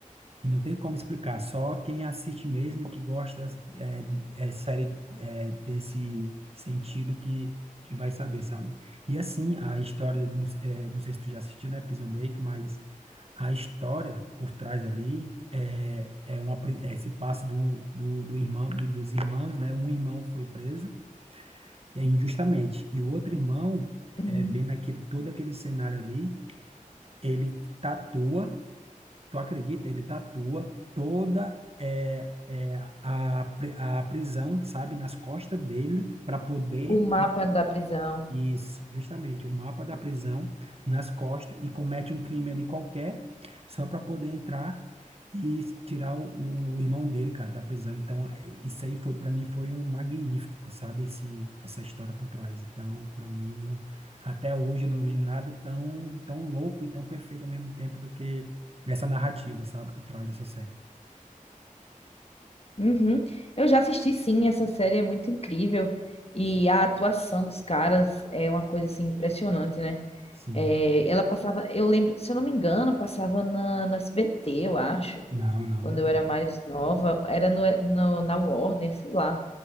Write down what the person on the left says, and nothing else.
uhum.
O mapa da prisão.
Uhum. Eu já assisti, sim, essa série é muito incrível. E a atuação dos caras é uma coisa, assim, impressionante, né?
É, ela passava, eu lembro, se eu não me engano, passava na, no SBT, eu acho,
quando eu era mais nova. Era no, no- na Warner, sei lá.